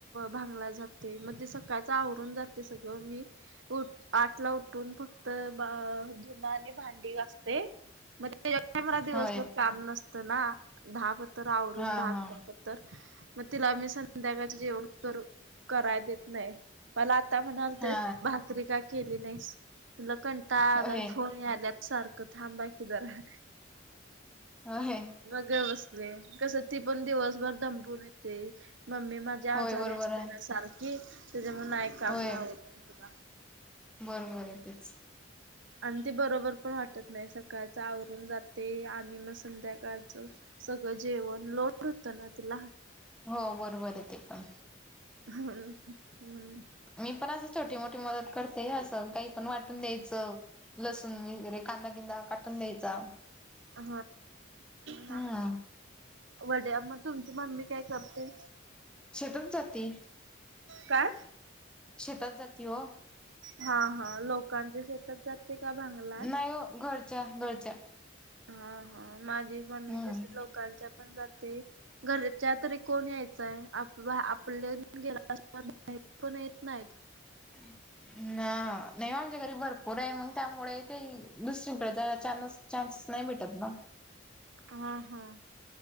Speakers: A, on the right; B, in the centre.
A: भांगलाय जा ते मग ते सकाळचं आवरून जाते सगळं, मी उ आठला उठ उठुन फक्त ब धुनं आणि भांडी घासते. मग तेवढं मला दिवसभर
B: होय
A: काम नसतं ना दहा पतर आवरून
B: हा
A: दहा
B: हा
A: तर मग तिला मी संध्याकाळचं जेवण करु कराय देत नाही. मला आता म्हणालते,
B: हा
A: भाकरी का केली नाहीस? म्हणलं कंटाळा
B: होय
A: आलाय फोन याल्यात. सारखं थांबा की जरा.
B: हा हाय.
A: मग गप बसले कसं ती पण दिवसभर दंबुन येते, मम्मी मा झी
B: होय
A: आजारी
B: बरोबर
A: असते
B: आहे
A: ना सारखी त्याच्यामुळे नाही काम
B: होय
A: लावत.
B: बरोबर आहे तेच.
A: आणि ते बरोबर पण वाटत नाही सकाळचं आवरून जाते आणि मग संध्या काळचं सगळं जेवण लोड होत ना तिला.
B: हो बरोबर आहे ते पण.
A: हम् हम्म.
B: मी पण असं छोटी मोठी मदत करते असं काही पण वाटून द्यायचं लसूण वगैरे कांदा बिंदा काटून द्यायचा.
A: हा हा
B: हम्म
A: वड्या, मग तुमची मम्मी काय करते?
B: शेतात जाती,
A: काय?
B: शेतात जाती ओ.
A: हा हा, लोकांच्या शेतात जाते का भांगलाय?
B: नाही हो घरच्या घरच्या.
A: हा हा माझी मम्मी
B: हम्म
A: कशी लोकांच्या पण जाते घरच्या तरी कोण यायचयं आपले गेला <unintelligible> बाहेर पण येत नाहीत.
B: <unintelligible> ना नाही आमच्या घरी भरपूर आहे मग त्यामुळे काही दुसरीकडे जायाय चानस चान्स नाही भेटत ना.
A: हा हा.